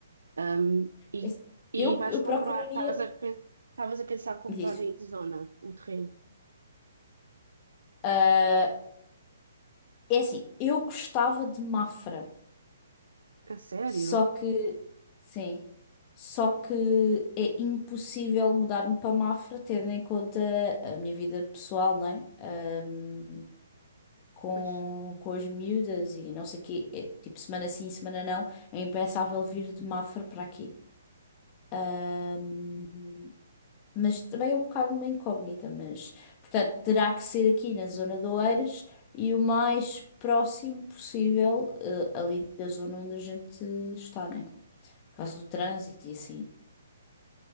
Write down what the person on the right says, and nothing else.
Ahm, e,
e
vais
comprar,
estavas a, pen- estavas a pensar comprar
em que zona o terreno?
A sério?
Pois,